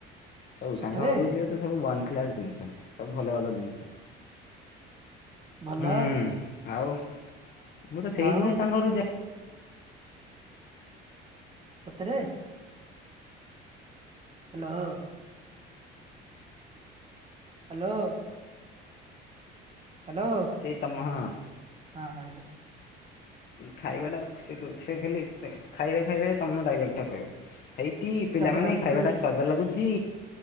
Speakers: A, on the left; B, on the right.
A: ସବୁ
B: ସତରେ
A: ତାଙ୍କ ଘରକୁ ଯିବ ତ ସବୁ ୱାନ୍ କ୍ଲାସ୍ ଜିନିଷ ସବୁ ଭଲ ଭଲ ଜିନିଷ।
B: ଭଲ
A: ହୁଁ ଆଉ ମୁଁ ତ ସେଇଥିପାଇଁ
B: ଆଉ
A: ତାଙ୍କରୁ ଯା
B: ସତରେ। ହାଲୋ ହୋ। ହାଲୋ। ହାଲୋ।
A: ସେଇ ତମଃ।
B: ହଁ ହଁ ଯା।
A: ଖାଇବାଟା ସେ କ ସେ ଖାଲି ଖାଇବା ଖାଇବାରେ ତମ ଡାଇଲଗ୍ଟା କହିବ। ହେଇଟିି ପିଲାମାନେ
B: ସ୍ୱାଦ ଲାଗୁଛି
A: ଖାଇବାଟା ସ୍ଵାଦ ଲାଗୁଚି?